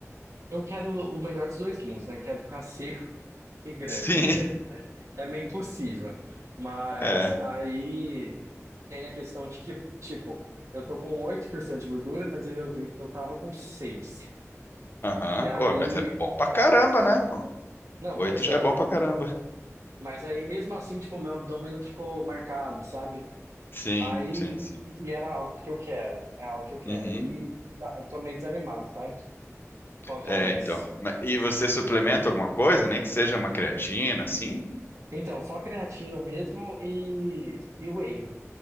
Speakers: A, on the right; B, on the left.
A: Eu quero o melhor dos dois mundos, né? Quero ficar seco <laughs> e grande.
B: Sim,
A: É, é, é meio impossível. Mas
B: <laughs> é.
A: aí tem a questão de que, tipo, eu tô com 8% de gordura, mas eu, eu eu tava com 6.
B: Aham.
A: E aí,
B: Ô, mas é bom pra caramba, né? Pô,
A: não,
B: oito
A: pois
B: já
A: é.
B: é bom pra caramba.
A: Mas aí mesmo assim, tipo, meu abdômen não ficou marcado, sabe?
B: Sim,
A: Aí,
B: sim, sim.
A: e era algo que eu quero, é algo que eu quero.
B: Uhum.
A: Aí dá- eu tô meio desanimado, sabe? Quanto
B: É,
A: a isso.
B: então. Ma- E você suplementa alguma coisa, nem que seja uma creatina, assim?
A: Então, só creatina mesmo e, e whey.